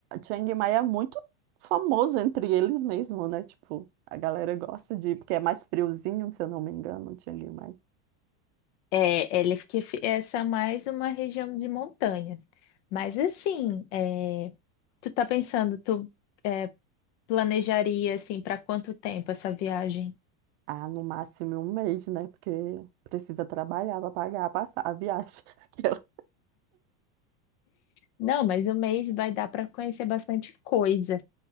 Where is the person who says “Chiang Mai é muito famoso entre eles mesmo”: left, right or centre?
Right